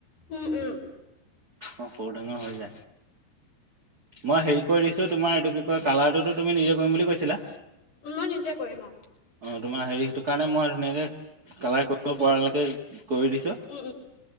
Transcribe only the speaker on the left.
উম উম
মই নিজে কৰিম আৰু
উম,
উম, উম।